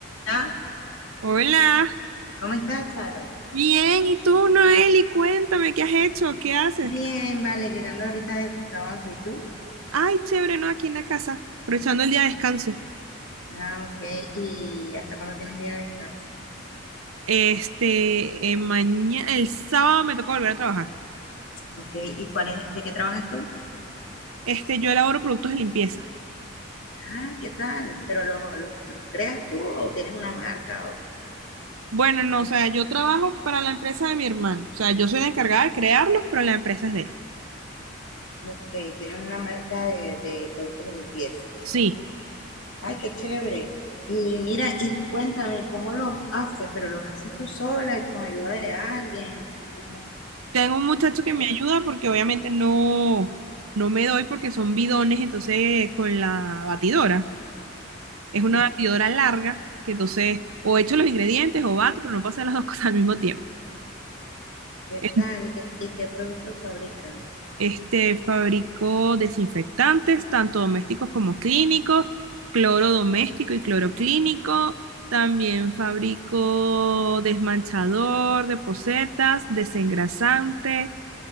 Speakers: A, on the left; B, on the right.
A: Ah,
B: Hola,
A: ¿Cómo estás, Charo?
B: bien, ¿y tú, Noeli? Cuéntame, ¿qué has hecho? ¿Qué haces?
A: Bien, vale, llegando ahorita del trabajo, ¿y tú?
B: Ay, chévere, ¿no? Aquí en la casa, aprovechando el día de descanso.
A: Ah, ok, ¿y hasta cuándo tienes día de descanso?
B: Este, mañana, el sábado me toca volver a trabajar.
A: Ok, ¿y cuál es, de qué trabajas tú?
B: Este, yo elaboro productos de limpieza.
A: Ah, ¿qué tal? ¿Pero los los- los creas tú o tienes una marca? O,
B: Bueno, no, o sea, yo trabajo para la empresa de mi hermano. O sea, yo soy la encargada de crearlos, pero la empresa es de él.
A: ok, tienes una marca de, de productos de limpieza.
B: Sí,
A: Ay, qué chévere. Y mira, y cuéntame, ¿cómo los haces? ¿Pero los haces tú sola y con ayuda de alguien? ¿Cómo,
B: tengo un muchacho que
A: cómo-
B: me ayuda porque obviamente no, no me doy porque son bidones, entonces con la batidora. Es
A: ¿Mm?
B: una batidora larga, que entonces o echo los ingredientes o bato, pero no puedo hacer las dos <laughs> cosas al mismo tiempo.
A: ¿Qué
B: Es-
A: tal? ¿Y qué, y qué productos fabrican?
B: Este fabricó desinfectantes, tanto domésticos como clínicos, cloro doméstico y cloro clínico. También fabricó desmanchador de posetas, desengrasante,